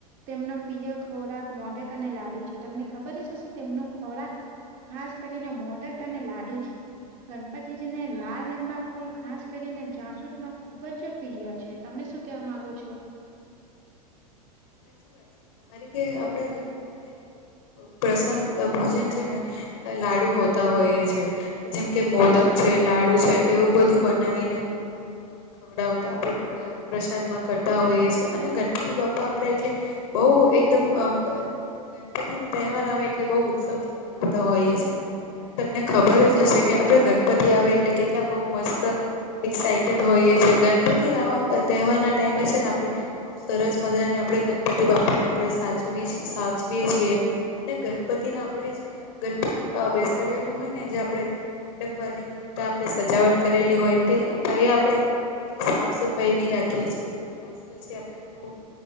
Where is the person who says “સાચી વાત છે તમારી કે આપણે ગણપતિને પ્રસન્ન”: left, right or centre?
Left